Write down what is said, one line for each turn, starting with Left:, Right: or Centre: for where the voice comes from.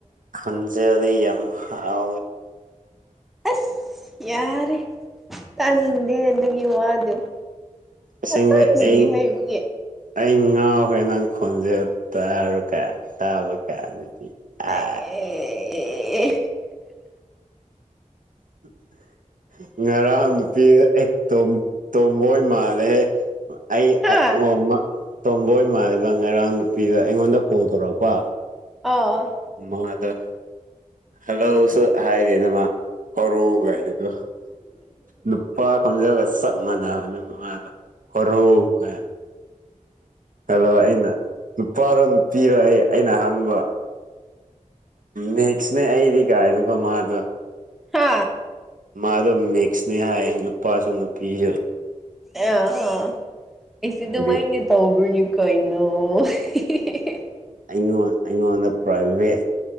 Right: ꯍꯪꯖꯗ ꯌꯥꯝ ꯑ
Centre: ꯑꯁ ꯌꯥꯔꯦ ꯇꯥꯅꯤꯡꯗꯦ ꯑꯗꯨꯒꯤ ꯋꯥꯗꯨꯣ
Right: ꯑꯁꯦꯡꯕꯩ
Centre: ꯑꯁꯁꯤꯒ
Right: ꯑꯩ
Centre: ꯍꯥꯏꯕꯨꯒꯦ
Right: ꯑꯩ ꯉꯥꯎ ꯍꯣꯏ ꯅꯪ ꯈꯣꯟꯖꯦꯜ ꯇꯔ ꯀꯥꯥꯟ ꯇꯕ ꯀꯌꯥ
Centre: ꯑꯦ
Right: <inaudible> ꯉꯔꯥꯡ ꯅꯨꯄꯤ ꯑꯩ ꯇꯣꯝꯕꯣꯏ ꯃꯥꯜꯂꯦꯍꯦ ꯑꯩ
Centre: ꯍꯥ
Right: ꯑꯣ
Centre: ꯑ
Right: ꯇꯣꯝꯕꯣꯏ ꯏꯃꯥꯕ ꯉꯔꯥꯡ ꯅꯨꯄꯤꯗ ꯑꯩꯉꯣꯟꯗ ꯀꯣꯜ ꯇꯧꯔꯛꯄ
Centre: ꯑ
Right: ꯃ ꯑꯗꯨ ꯍꯜꯂꯣꯁꯨ ꯍꯥꯏꯗꯅꯃ ꯍꯔꯨ ꯀꯥꯏꯅꯤꯗꯣ ꯅꯨꯄꯥ ꯈꯣꯟꯖꯒ ꯆꯞ ꯃꯥꯟꯅꯕꯅꯦ ꯃꯃꯗꯣ ꯍꯔꯣꯏ ꯀ ꯍꯜꯂꯣ ꯑꯩꯅ ꯅꯨꯄꯥꯔꯣ ꯅꯨꯄꯤꯔꯣ ꯑꯩ ꯑꯩꯅ ꯍꯥꯡꯕ ꯅꯦꯛꯁꯅꯦ ꯑꯩꯗꯤ ꯀꯥꯏꯅꯀꯣ ꯃꯥꯗꯣ
Centre: ꯍꯥꯥ
Right: ꯃꯥꯗ ꯃꯁꯅꯦ ꯍꯥꯏ ꯅꯨꯄꯥꯁꯨꯅ ꯅꯨꯄꯤꯤꯁꯨ
Centre: ꯑꯥ ꯑꯥ ꯑꯩꯁ
Right: ꯑꯗꯨꯗꯤ
Centre: ꯑꯗꯨꯃꯥꯏꯅ ꯇꯧꯕ꯭ꯔꯅꯤ ꯀꯣꯏꯅꯨ
Right: ꯑꯩꯉꯣꯟ ꯑꯩꯉꯣꯟꯗ ꯄ꯭ꯔꯥꯏꯚꯦꯠ